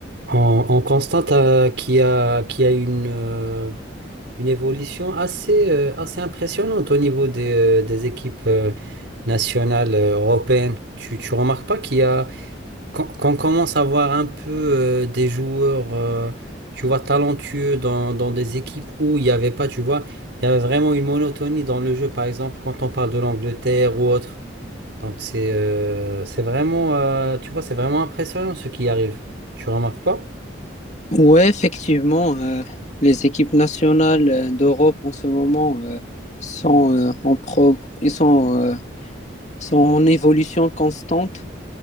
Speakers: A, on the right; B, on the left.
A: On, on constate euh, qu'il y a, qu'il y a une, euh, une évolution assez, euh, assez impressionnante au niveau des, euh, des équipes euh, nationales euh, européennes. Tu, tu remarques pas qu'il y a, qu'on qu'on commence à voir un peu euh, des joueurs, euh, tu vois, talentueux dans, dans des équipes où il n'y avait pas, tu vois, il y avait vraiment une monotonie dans le jeu, par exemple, quand on parle de l'Angleterre ou autre. Donc c'est euh, c'est vraiment, euh, tu vois, c'est vraiment impressionnant ce qui arrive. Tu remarques pas?
B: Ouais, effectivement, euh, les équipes nationales euh, d'Europe en ce moment euh, sont, euh, en pro- ils sont, euh, sont en évolution constante.